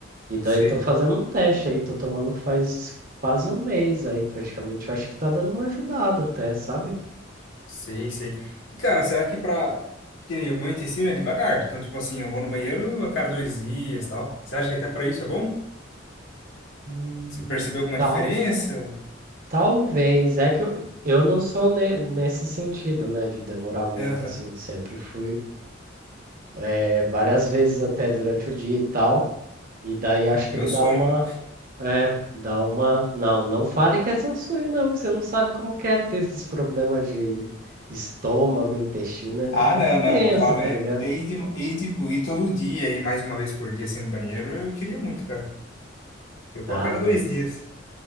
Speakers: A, on the right; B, on the left.
A: E daí
B: sei.
A: tô fazendo um teste aí, tô tomando faz quase um mês aí praticamente. Eu acho que tá dando uma ajudada até, sabe?
B: Sei, sei. E, cara, será que pra... Que nem o meu intestino é devagar. Então, tipo assim, eu vou no banheiro a cada dois dias, tal. Você acha que até pra isso é bom?
A: Hum,
B: Você percebeu alguma
A: tal,
B: diferença? Ou-
A: talvez. É que eu, eu não sou ne- nesse sentido, né, de demorar muito
B: Aham.
A: assim, sempre fui é, várias vezes até durante o dia e tal. E daí acho
B: Meu
A: que ele dá
B: sonho.
A: uma. É, dá uma. Não, não fale que é seu sonho, não, que você não sabe como que é ter esses problemas de estômago, intestino.
B: Ah,
A: É
B: não,
A: é
B: não.
A: tenso,
B: Eu falo
A: tá
B: é,
A: ligado?
B: é ir, de, ir, tipo, ir todo dia, ir mais uma vez por dia, assim, no banheiro. Eu queria muito, cara. Eu vou
A: Ah,
B: a cada dois
A: mas.
B: dias.